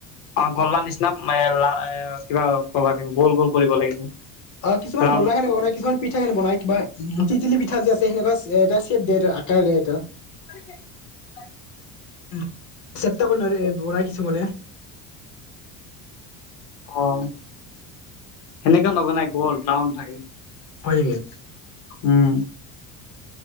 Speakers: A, on the left; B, on the left.
A: উম গল্লাৰ নিচিনা লা এ কিবা ক'বা লাগিব গোল গোল কৰিব লাগিব।
B: অ' কিছুমান
A: ৰাউণ্ড
B: গোল্লা সেনেকে বনায় কিছুমান। পিঠা সেনে বনাই কিবা টিটিলি পিঠা যে আছে সেনেকুৱা এটা চেপ দে আকাৰ দে এটা।
A: <inaudible>
B: উম চেপ্টা কৰি নোৱাৰে বনাই দিছোঁ মানে।
A: অ' সেনেকা নবনাই গ'ল ৰাউণ্ড থাকে।
B: হয় নেকি।
A: উম।